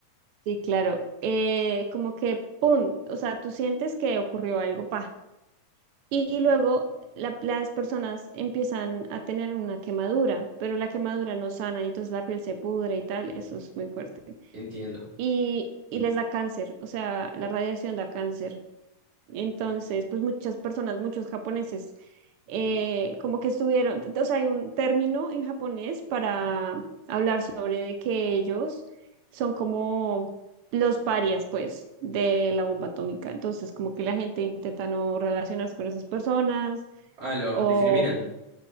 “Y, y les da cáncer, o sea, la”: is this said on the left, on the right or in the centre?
Right